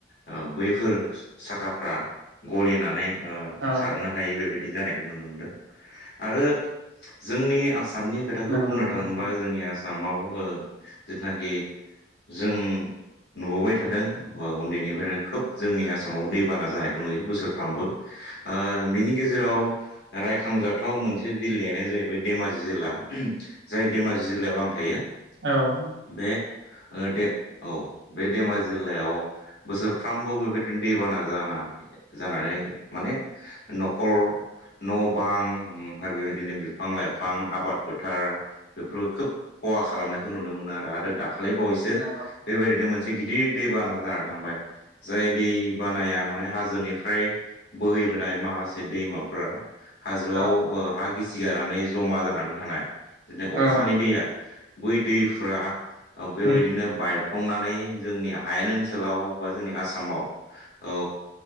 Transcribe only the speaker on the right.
औ
नंगौ
नोंथां
औ।
नंगौ
औ
औ
उम